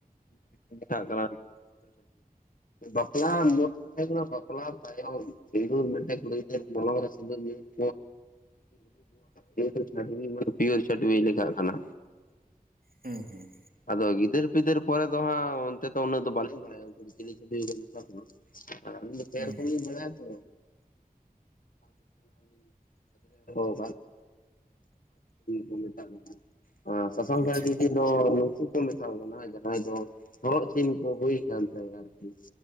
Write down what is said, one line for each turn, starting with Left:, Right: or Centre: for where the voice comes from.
Left: <inaudible> ᱠᱟᱱᱟ <inaudible> ᱵᱟᱯᱞᱟ <inaudible> ᱵᱟᱯᱞᱟ ᱛᱟᱭᱚᱢ ᱥᱤᱸᱫᱩᱨ ᱢᱮᱱᱛᱮ ᱠᱩᱲᱤ ᱜᱤᱫᱟᱹᱨ ᱢᱚᱞᱚᱝ ᱨᱮ ᱥᱤᱸᱫᱩᱨ <inaudible> <inaudible> ᱯᱤᱭᱳᱨ ᱪᱷᱟᱹᱰᱵᱤᱭ ᱞᱮᱠᱷᱟᱜ ᱠᱟᱱᱟ
Right: ᱦᱩᱸ ᱦᱩᱸ
Left: ᱟᱫᱚ ᱜᱤᱫᱟᱹᱨ ᱯᱤᱫᱟᱹᱨ ᱯᱚᱨᱮ ᱫᱚ ᱦᱟᱸᱜ ᱚᱱᱛᱮ ᱫᱚ ᱩᱱᱟᱹᱜ ᱫᱚ ᱵᱟᱹᱞᱤᱧ ᱵᱟᱲᱟᱭᱟ ᱩᱱᱠᱩ ᱫᱚ ᱪᱤᱞᱤ ᱪᱷᱟᱰᱵᱤ ᱠᱚ ᱢᱮᱛᱟ ᱠᱚᱣᱟ ᱯᱮ
Right: ᱦᱩᱸ
Left: ᱨᱚᱠᱚᱡ ᱞᱤᱧ ᱵᱟᱲᱟᱭᱭᱟᱛᱚ <inaudible> <inaudible> ᱢᱮᱛᱟ ᱠᱚ ᱠᱟᱱᱟ ᱥᱟᱥᱟᱝ
Right: ᱟᱪᱪᱷᱟ
Left: ᱪᱷᱟᱰᱵᱤ <inaudible> ᱩᱱᱠᱩ ᱠᱚ ᱢᱮᱛᱟ ᱠᱚ ᱠᱟᱱᱟ ᱡᱟᱦᱟᱸᱭ ᱫᱚ ᱦᱚᱨᱚᱜ ᱪᱤᱱ ᱠᱚ ᱦᱩᱭ ᱠᱟᱱ ᱛᱟᱭᱟ ᱟᱨᱠᱤ